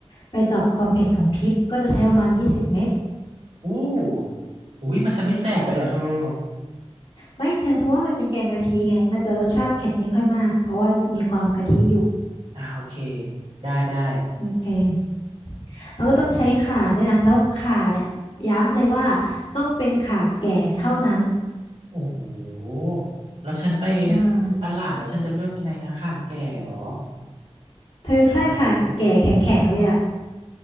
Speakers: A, on the left (about 65°); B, on the right (about 80°).
A: ไปดรอปความเผ็ดของพริกก็จะใช้ประมาณยี่สิบเม็ด
B: อู้อุ้ยมันจะไม่แสบไปเหรอเธอ
A: ไม่เธอเพราะว่ามันเป็นแกงกะทิไงมันจะรสชาติเผ็ดไม่ค่อยมากเพราะว่ามีความกะทิอยู่
B: อ่ะอ่าโอเคได้ได้
A: โอเคแล้วก็ต้องใช้ข่าด้วยนะแล้วข่าเนี่ยย้ำเลยว่าต้องเป็นข่าแก่เท่านั้น
B: โอ้โหแล้วฉันไป
A: อืม
B: ตลาดแล้วฉันจะเลือกยังไงนะข่าแก่เหรอ
A: เธอใช่ข่าแก่แข็งๆเลยอ่ะ
B: ค่ะแก่